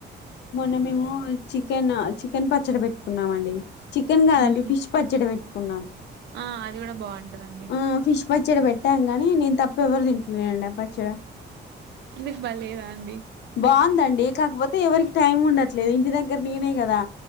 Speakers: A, on the left; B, on the right.
A: మొన్న మేము చికెన్ చికెన్ పచ్చడి పెట్టుకున్నామ అండి చికెన్ కాదండి
B: మ్
A: ఫిష్ పచ్చడి పెట్టుకున్నాం
B: ఆ అది కూడా బాగుంటదండి
A: ఆ ఫిష్ పచ్చడి పెట్టానుగాని నేను తప్ప ఎవరు తింటున <unintelligible> ఆ పచ్చడి
B: మీకు పలేదా అండి
A: బాగుందండి కాకపోతే ఎవరికి టైం ఉండట్లేదు ఇంటి దగ్గర నేనే కదా